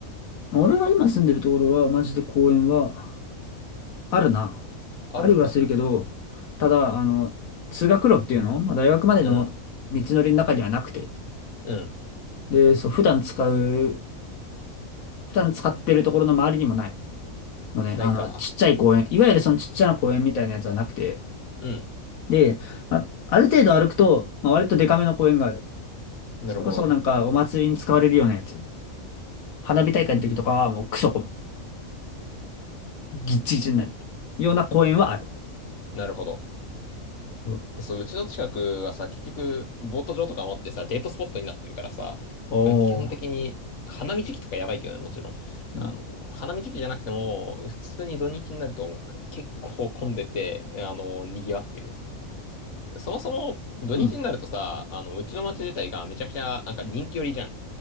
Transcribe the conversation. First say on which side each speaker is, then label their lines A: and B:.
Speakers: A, on the left; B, on the left.
A: 俺が今住んでるところは、マジで公園は、あるな。
B: あるんだ。
A: ありはするけど、ただ、あの、通学路っていうの、まあ、大学までの道のりの中にはなくて。
B: うん、うん、
A: で、そう、普段使う、普段使ってるところの周りにもないのね、
B: ないか。
A: あの、ちっちゃい公園、いわゆるそのちっちゃな公園みたいなやつはなくて。
B: うん、
A: で、まあ、ある程度歩くと、まあ、割とデカめの公園がある。
B: なるほどね。
A: それこそなんかお祭りに使われるようなやつ。花火大会の時とかはもうクソ混む。ギッチギチになる。ような公園はある。
B: なるほど。
A: うん
B: えそう、うちの近くはさ、結局、ボート場とかもあってさ、デートスポットになってるからさ、
A: おー。
B: うん基本的に、花見時期とかやばいけどね、もちろん。
A: うん。
B: あの、花見時期じゃなくても、普通に土日になると結構混んでて、あの、賑わってるね。そもそも、土日になるとさ、
A: うん
B: あの、うちの町自体がめちゃくちゃ、なんか人気寄りじゃん。